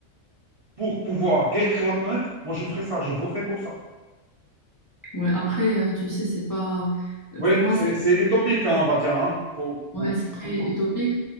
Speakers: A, on the right (about 45°); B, on the left (about 25°).
A: pour pouvoir guérir la planète, moi je ferai ça, je voterai pour ça.
B: Ouais, après, euh, tu sais, c'est pas.
A: Oui,
B: Pour moi,
A: c'est
B: ça.
A: c'est utopique, hein, on va dire. Hein. Faut,
B: Ouais,
A: faut
B: c'est très
A: comprendre.
B: utopique.